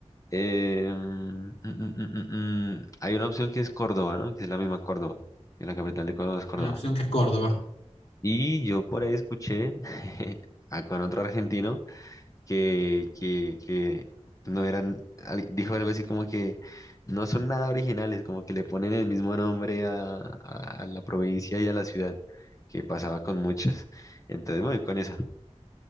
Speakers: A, on the left (about 30°); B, on the left (about 55°).
A: Eh, mm, mm, mm, mm, mm. Hay una opción que es Córdoba, ¿no? Que es la misma Córdoba. Que la capital de Córdoba es Córdoba.
B: una opción que es Córdoba.
A: Y yo por ahí escuché <laughs> a- con otro argentino que, que, que no eran, al- dijo algo así como que no son nada originales, como que le ponen el mismo nombre a, a- a la provincia y a la ciudad, que pasaba con muchas. Entonces, bueno, con esa,